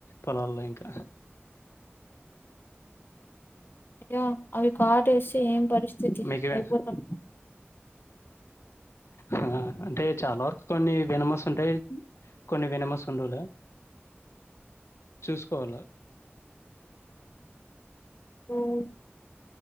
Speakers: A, on the left; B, on the left.
A: పొలాల్లో ఇంకా
B: యా అవి కాటేస్తే ఏం పరిస్థితి
A: మీకు
B: అయిపోతం
A: హా అంటే చాలా వరకు కొన్ని వినమస్ ఉంటాయి. కొన్ని వినమస ఉండలులె చూసుకోవాల
B: ఉమ్